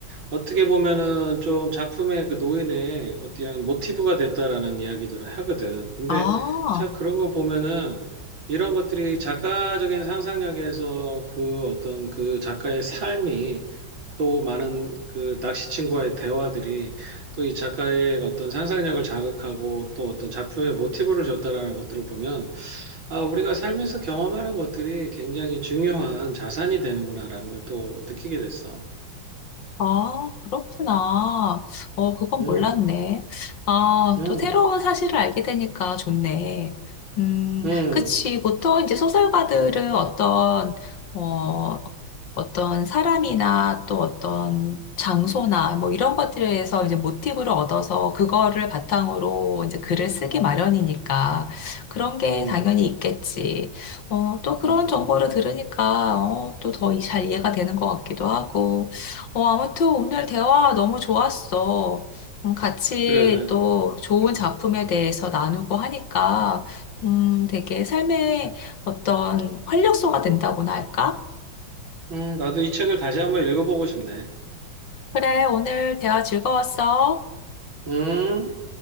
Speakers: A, on the right; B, on the left.
A: 어떻게 보면은 좀 작품의 그 노인의 어떤 모티브가 됐다라는 이야기들을 하거든. 근데
B: 아,
A: 참 그런 거 보면은 이런 것들이 작가적인 상상력에서 그 어떤 그 작가의 삶이 또 많은 그 낚시친구와의 대화들이 또 이 작가의 어떤 상상력을 자극하고 또 어떤 작품의 모티브를 줬다라는 것들을 보면 아, 우리가 삶에서 경험하는 것들이 굉장히 중요한 자산이 되는구나라는 걸 또 느끼게 됐어.
B: 아, 그렇구나. 어, 그건
A: 음,
B: 몰랐네. 아,
A: 음.
B: 또 새로운 사실을 알게 되니까 좋네. 음,
A: 음,
B: 그치. 보통 이제 소설가들은 어떤, 어, 어떤 사람이나 또 어떤 장소나 뭐 이런 것들에서 이제 모티브를 얻어서 그거를 바탕으로 이제 글을 쓰기 마련이니까 그런 게
A: 음,
B: 당연히 있겠지. 어, 또 그런
A: 음,
B: 정보를 들으니까 어, 또 더 잘 이해가 되는 것 같기도 하고. 어, 아무튼 오늘 대화 너무 좋았어. 음, 같이
A: 그래.
B: 또 좋은
A: 음,
B: 작품에 대해서 나누고 하니까 음, 되게 삶의 어떤 활력소가 된다고나 할까?
A: 음, 나도 이 책을 다시 한번 읽어보고 싶네.
B: 그래, 오늘 대화 즐거웠어.
A: 음.